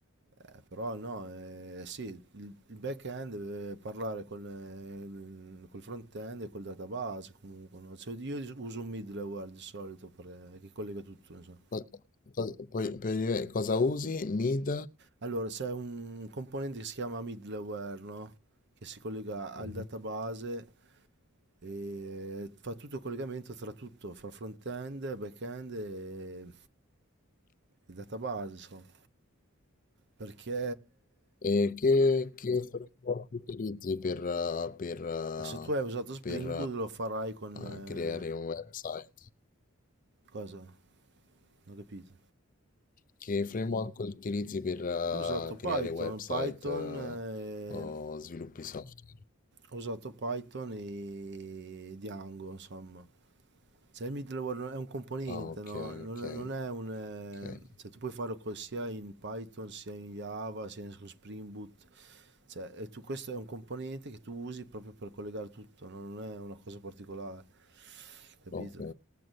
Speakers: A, on the right; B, on the left.
A: eh, però no, eh, sì, il, il back-end deve parlare con, eh, col front-end e col database comunque, no? Cioè, io uso un middleware di solito per- eh, che collega tutto, insomma.
B: Co- co- poi- per- cosa usi? Mid?
A: Allora, c'è un componente che si chiama middleware, no? Che si collega al
B: Mhm.
A: database e fa tutto il collegamento tra tutto, fra front-end, back-end e, e database, insomma. Perché
B: E che, che framework utilizzi per, eh, per, eh,
A: ma se tu hai usato Spring
B: per,
A: Boot lo farai con... eh,
B: eh, creare un website?
A: cosa? Non ho capito.
B: Che framework utilizzi per eh,
A: Io ho usato Python,
B: creare website
A: Python,
B: eh,
A: eh,
B: o sviluppi software?
A: ho usato Python e Django, insomma. Cioè il middleware è un componente,
B: Ah, ok,
A: no? Non,
B: ok,
A: non è un... eh,
B: ok,
A: Cioè tu puoi farlo co- sia in Python, sia in Java, sia con Spring Boot. Cioè, e tu- questo è un componente che tu usi proprio per collegare tutto, no? Non è una cosa particolare, capito?
B: ok,